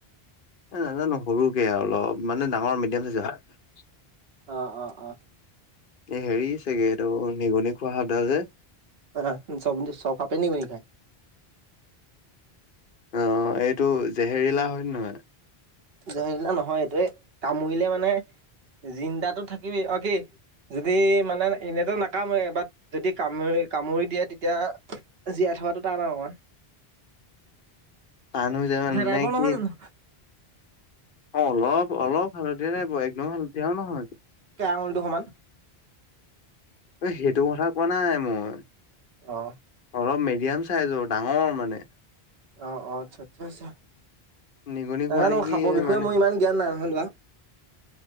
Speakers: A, on the left; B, on the right.
A: নাজানো সৰুকে অলপ মানে ডাঙৰ মিডিয়াম চাইজ।
B: অ অ অ।
A: হেৰি চাগে এইটো নিগনি খোৱা সদাৰ যে।
B: আহ চব চব খাপেনি কনি খাই।
A: আহ এইটো জেহেৰিলা হয় নহয়।
B: জহলা নহয় এই তোৱে কামুৰিলে মানে জিন্দাটো থাকিবি অ কি। যদি মানে এনেতো নাকামৰে বাট যদি কামুৰি কামুৰি দিয়ে তেতিয়া জাই। থোৱাতটো টান আও অকণমান।
A: আনো যেমান
B: টাইপৰ
A: নে কি।
B: নহয় জানো
A: অ অলপ অলপ হালধীয়া নাই ব একদম হালধীয়াও নহয়।
B: আঙুলি টো সমান
A: এ সেইটো কথা কোৱা নাই মই
B: আহ
A: অলপ মিডিয়াম চাইজৰ ডাঙৰ মানে
B: অ অ আচ্ছা আচ্ছা আচ্ছা
A: নিগনি
B: নাজানো
A: খোৱা নেকি
B: সাপৰ বিষয়ে
A: মানে
B: মই ইমান জ্ঞান নাই হলোৱা